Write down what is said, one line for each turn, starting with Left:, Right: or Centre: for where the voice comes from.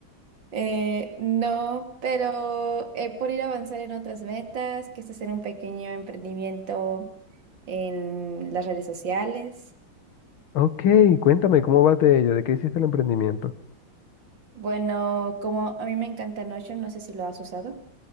Right: Eh, no, pero eh, por ir a avanzar en otras metas, que es hacer un pequeño emprendimiento en las redes sociales.
Left: Ok, cuéntame, ¿cómo va de ella? ¿De qué hiciste el emprendimiento?
Right: Bueno, como a mí me encanta Notion, no sé si lo has usado.